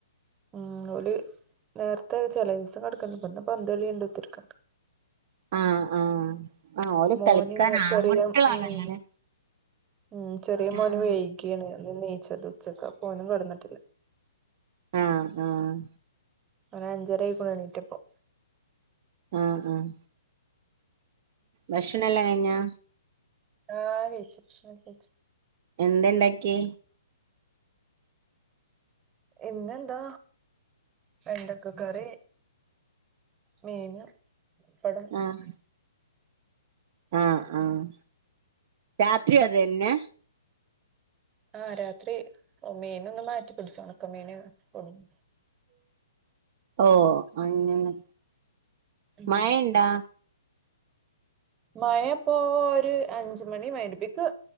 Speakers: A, on the right; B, on the right.
A: ഉം ഓല് നേരത്തെ ചെല ദിവസം കിടക്കല്ണ്ട ഇപ്പെന്ന് പന്തളി കണ്ട് കുത്തിരി ക്ക്ണ്ട്
B: ആഹ് ആഹ് ആഹ് ഓല്
A: മോനിന്ന്
B: കളിക്കാൻ ആൺകുട്ടികളാണല്ലോല്ലേ
A: ചെറിയ ഉം. ഉം ചെറിയ മോന്
B: ആഹ്
A: വൈകിയാണ് ഓനും നീച്ചത് ഉച്ചക്ക് അപ്പൊ ഓനും കെടന്നിട്ടില്ല.
B: ആഹ് ആഹ്.
A: ഓന് അഞ്ചരായിക്ക്ണു എണീറ്റപ്പം.
B: ആഹ് ആഹ് ഭക്ഷണം എല്ലാം കഴിഞ്ഞാ?
A: ആഹ് കെയ്ച്ചു. ബക്ഷനൊക്കെ കഴിച്ചു.
B: എന്തെണ്ടാക്കി?
A: ഇന്നെന്താ വെണ്ടക്ക കറി. മീൻ പടം.
B: ആഹ് ആഹ് ആഹ് രാത്രിയു അതന്നെ.
A: ആഹ് രാത്രി മീന് ഒന്ന് മാറ്റി പിടിച്ചു. ഒണക്ക മീന് കൊട്ന്നു.
B: ഓഹ് അങ്ങെനെ.
A: ഉം
B: മഴ ണ്ടാ?
A: മഴ ഇപ്പൊ ഒരു അഞ്ച് മണി മഹരിബിപ്പിക്ക്